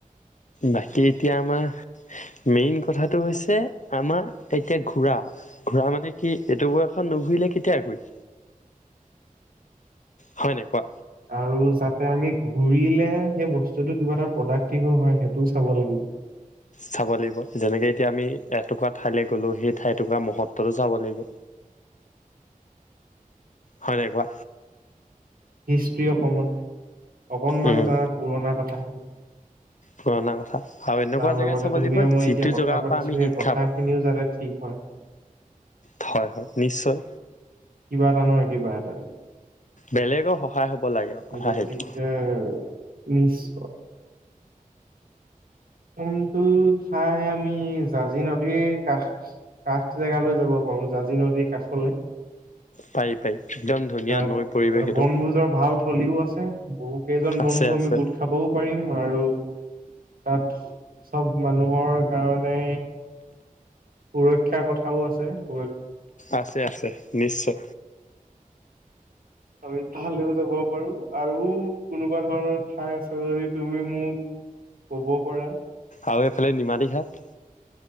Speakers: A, on the left; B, on the right.
A: বাকী এতিয়া আমাৰ মেইন কথাটো হৈছে আমাৰ এতিয়া ঘূৰা ঘূৰা মানে কি, এইটো বয়সত নুঘূৰিলে কেতিয়া ঘূৰি হয় নাই কোৱা?
B: আৰু যাতে আমি ঘুৰিলে সেই বস্তুটো কিবা এটা প্ৰডাক্টিভো হয় সেইটোও চাব লাগিব।
A: চাব লাগিব যেনেকে এতিয়া আমি এটুকুৰা ঠাইলৈ গ'লো সেই ঠাই এটুকুৰা মহত্বটো চাব লাগিব। হয় নাই কোৱা?
B: হিষ্ট্ৰ্ৰী অকণমান, অকণমান
A: উম,
B: তাৰ পুৰণা কথা তাৰ
A: পুৰণা কথা আৰু এনেকুৱা জেগা
B: লগতে
A: চাব
B: তুমি
A: লাগিব
B: মই
A: যিটো
B: এতিয়া কথা
A: জেগাৰ
B: পাতিছো
A: পৰা আমি
B: সেই
A: শিক্ষা
B: কথাখিনিও
A: পাওঁ
B: যাতে ঠিক হয়। <inaudible>
A: থয় হয় নিশ্চয়।
B: কিবা এটা নহয় কিবা এটা।
A: বেলেগৰ সহায় হ'ব লাগে। আৰু কথা
B: গতিকে
A: সেইটো
B: নিশ্চয়। কোনটো ঠাই আমি জাজি নদীৰ কাষ কাষ জেগালৈ যাব পাৰো জাজি নদীৰ কাষলৈ?
A: পাৰি পাৰি একদম ধুনীয়া
B: তাত
A: নৈ
B: তাতে
A: পৰিৱেশ সেইটো
B: বনভোজৰ ভাল থলীও আছে বহু কেইজন
A: আছে
B: বন্ধু আমি
A: আছে
B: গোট খাবও পাৰিম আৰু তাত চব মানুহৰ কাৰণে সুৰক্ষাৰ কথাও আছে, সুৰক
A: আছে আছে নিশ্চয়।
B: আমি তালৈও যাব পাৰোঁ আৰু কোনোবা ধৰণৰ ঠাই আছে যদি তুমি মোক ক'ব পৰা
A: আৰু এইফালে নিমাতী ঘাট